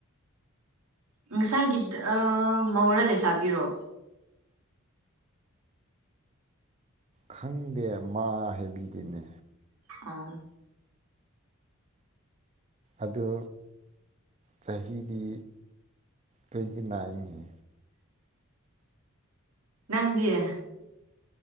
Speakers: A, on the right; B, on the right.
A: ꯉꯁꯥꯏꯒꯤ ꯃꯧꯔꯥ ꯂꯩꯁꯥꯕꯤꯔꯣ
B: ꯈꯪꯗꯦ ꯃꯥ ꯍꯦꯕꯤꯗꯅꯦ
A: ꯑ
B: ꯑꯗ ꯆꯍꯤꯗꯤ ꯇ꯭ꯋꯦꯟꯇꯤ ꯅꯥꯏꯟꯒꯤ
A: ꯅꯪꯗꯤꯌꯦ